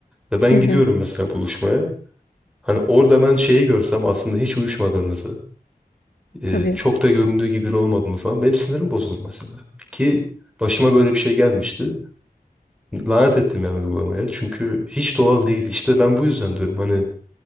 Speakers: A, in the centre; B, on the left (about 65°).
A: Ve ben
B: Hı hı.
A: gidiyorum mesela buluşmaya hani orada ben şeyi görsem aslında hiç uyuşmadığımızı e,
B: Tabii.
A: çok da göründüğü gibi biri olmadığını falan benim sinirim bozulur mesela. Ki başıma böyle bir şey gelmişti lanet ettim yani uygulamaya çünkü hiç doğal değil işte ben bu yüzden diyorum hani